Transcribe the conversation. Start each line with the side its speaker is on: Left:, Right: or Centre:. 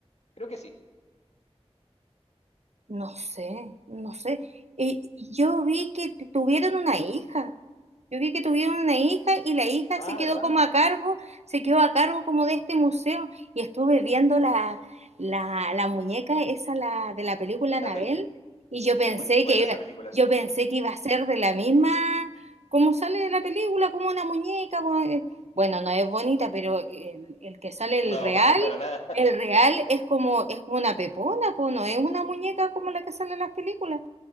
Left: Creo que sí.
Right: No sé, no sé. Eh, yo vi que t- tuvieron una hija. Yo vi que tuvieron una hija y la hija
Left: Ah,
Right: se quedó
Left: ¿verdad?
Right: como a cargo, se quedó a cargo como de este museo. Y estuve viendo la, la, la muñeca esa la, de la película Anabel
Left: La pel-
Right: y yo
Left: Es
Right: pensé
Left: muy buena
Right: que iba,
Left: esa película.
Right: yo pensé que iba a ser de la misma, como sale de la película, como una muñeca. bo- eh, Bueno, no es bonita, pero el, el que sale el
Left: No,
Right: real
Left: <laughs> pa- para nada.
Right: el real es como, es como una pepona, po, no es una muñeca como la que sale en las películas.